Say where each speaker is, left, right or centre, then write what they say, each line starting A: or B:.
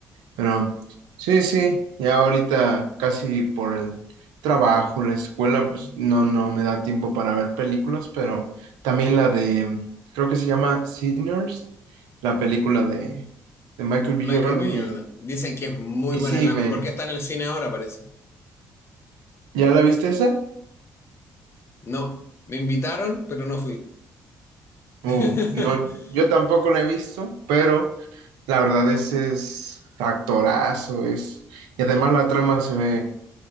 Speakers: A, on the right; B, on the left.
A: Pero sí, sí, ya ahorita casi por el trabajo, la escuela, pues no, no me da tiempo para ver películas, pero también la de, creo que se llama Sinners, la película de, de Michael B.
B: de Michael
A: Jordan
B: B.
A: y,
B: Jordan. Dicen que es muy
A: y
B: buena,
A: sí,
B: es la
A: me,
B: mejor que está en el cine ahora, parece.
A: ¿ya la viste esa?
B: No, me invitaron, pero no fui. <laughs>
A: Uh, no, yo tampoco la he visto, pero La verdad, ese es factorazo, es. Y además la trama se ve,